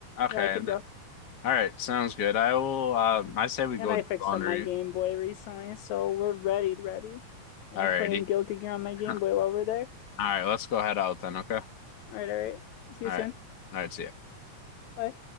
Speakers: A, on the left; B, on the left.
A: Okay.
B: Yeah, I could
A: and-
B: go.
A: All right. Sounds good. I will. Um, I say we
B: And
A: go
B: I
A: do
B: fixed
A: laundry.
B: up my Game Boy recently, so we're ready, ready. I'll
A: All
B: be
A: righty.
B: playing Guilty Gear on my
A: <laughs>
B: Game
A: All
B: Boy while we're there.
A: right. Let's go head out then. Okay. All
B: All right, all right. See
A: right.
B: you soon.
A: All right. See ya.
B: Bye.